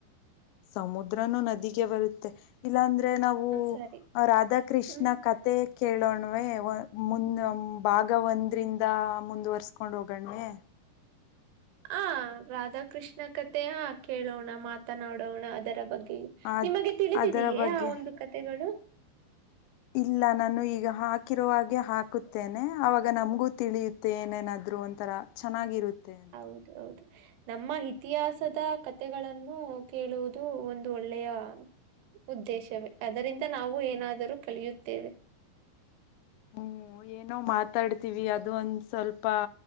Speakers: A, on the left; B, on the right.
A: ಸಮುದ್ರನುೂ ನದಿಗೆ ಬರುತ್ತೆ ಇಲ್ಲಾ ಅಂದ್ರೆ. ಅಂದ್ರೆ ನಾವು
B: ಸರಿ
A: ರಾಧಾಕೃಷ್ಣ
B: ಹ್ಮ್
A: ಕತೆ. ಕೇಳೋಣ್ವೆ ಮುಂದ ಭಾಗ ಒಂದ್ರಿಂದ ಮುಂದುವರ್ಸ್ಕೊಂಡ್ ಹೋಗೋಣ್ವೆ.
B: ಹ ರಾಧಾಕೃಷ್ಣ ಕಥೆ ಕೇಳೋಣ ಮಾತನಾಡೋಣ ಅದರ ಬಗ್ಗೆ.
A: ಅದು
B: ನಿಮಗೆ ತಿಳಿದಿದಯೇ
A: ಅದರ ಬಗ್ಗೆ
B: ಆ ಒಂದು ಕತೆೆಗಳು.
A: ಇಲ್ಲ ನಾನು ಈಗ ಹಾಕಿರುವ ಹಾಗಾಗೆ ಹಾಕುತ್ತೇನೆ ಅವಾಗ ನಮ್ಗೂ ತಿಳಿಯುತ್ತೆ ಏನೇನಾದ. ಆದ್ರು ಒಂಥರ ಚೆನ್ನಾಗಿರುತ್ತೆ ಅಂತ.
B: ಹೌದು ಹೌದು ನಮ್ಮ ಇತಿಹಾಸದ ಕಥೆಗಳನ್ನು ಕೇಳುವುದು ಒಂದು ಒಳ್ಳೆಯ. ಉದ್ದೇಶವೇ ಅದರಿಂದ ನಾವು ಏನಾದರೂ ಕಳಿಯುತ್ತೇವೆ.
A: ಹ್ಮ್ ಏನೋ ಮಾತಾಡ್ತಿವಿ ಅದು ಒಂದ ಸ್ವಲ್ಪ